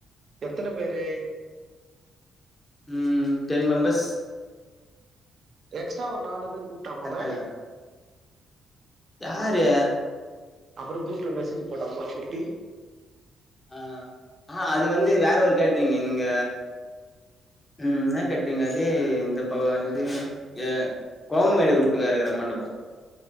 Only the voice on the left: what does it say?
ம் டென் மெம்பர்ஸ்
கரெக்ட் ஆகுதா யாரு
ஆ ஆ அது வந்து வேற ஒரு கேட்ரிங் இங்க ம் ன்ன கேட்ரிங் அது இந்த பகவான் இது ஏய் கோங்மேடு ரூட்டுக்காருக்குற மண்டபொ